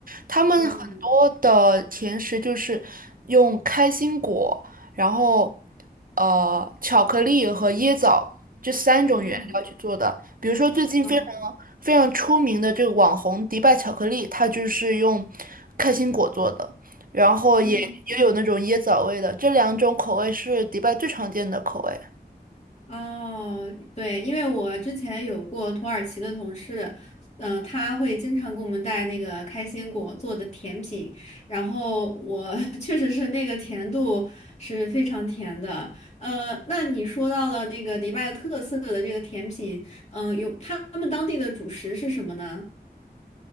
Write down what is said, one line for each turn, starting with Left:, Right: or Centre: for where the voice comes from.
Right: 他们很多的甜食就是用开心果，
Left: 嗯，
Right: 然后呃巧克力和椰枣这三种原料去做的。
Left: 嗯，
Right: 比如说最近非常
Left: 好
Right: 非常出名的这个网红迪拜巧克力，它就是用开心果做的，然后也也有那种椰枣味的，
Left: 嗯。
Right: 这两种口味是迪拜最常见的口味。
Left: 哦，对，因为我之前有过土耳其的同事，嗯、他会经常给我们带那个开心果做的甜品，然后我 <laughs> 确实是那个甜度是非常甜的。呃，那你说到了那个迪拜特色的这个甜品，嗯、有他们当地的主食是什么呢？